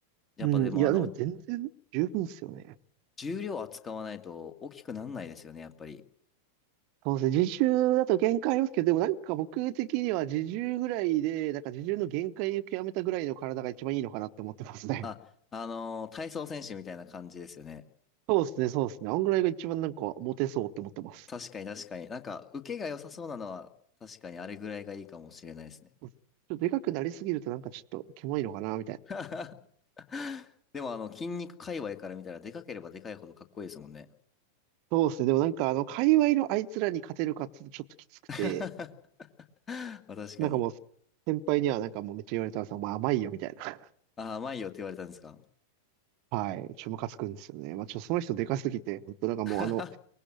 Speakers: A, on the left; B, on the right.
A: やっぱでもあの、
B: うん。いや、でも全然十分ですよね。
A: 重量扱わないと大きくなんないですよね、やっぱり。
B: そうですね。自重だと限界ありますけど、でもなんか僕的には自重ぐらいで、なんか自重の限界を極めたぐらいの体が一番いいのかなって思ってますね。
A: あ、あのー体操選手みたいな感じですよね。
B: <laughs> そうですね。そうですね。あんぐらいが一番なんかモテそうって思ってます。
A: 確かに確かに。なんか、受けが良さそうなのは、確かにあれぐらいがいいかもしれないですね。
B: ちょっとでかくなりすぎるとなんかちょっとキモいのかなみたいな。
A: <laughs> でもあの、筋肉界隈から見たら、でかければでかいほどかっこいいですもんね。
B: そうですね。でもなんかあの、界隈のあいつらに勝てるかっていうとちょっときつくて、
A: <laughs> まあ確かに。
B: なんかもう先輩にはなんかもうめっちゃ言われたんですよ。お前甘いよみたいな。
A: あ、甘いよって言われたんですか。
B: はい。ちょ、ムカつくんですよね。まあ、ちょ、その人でかすぎて、本当なんかもうあの、
A: <laughs>